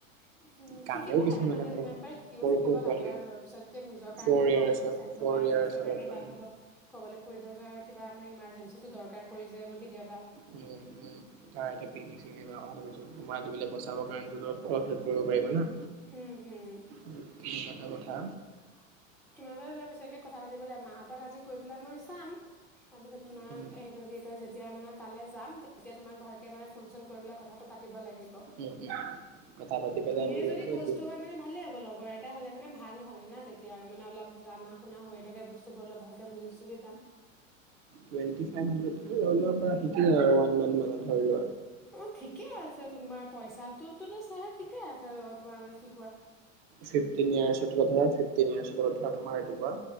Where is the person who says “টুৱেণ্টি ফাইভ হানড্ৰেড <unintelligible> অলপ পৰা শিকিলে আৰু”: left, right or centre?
Right